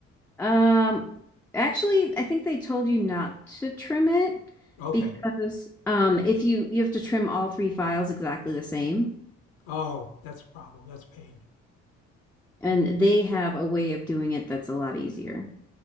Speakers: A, in the centre; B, on the left.
A: Um, actually, I think they told you not to trim it
B: Okay.
A: because um, if you you have to trim all three files exactly the same,
B: Oh, that's a problem. That's pain.
A: and they have a way of doing it that's a lot easier.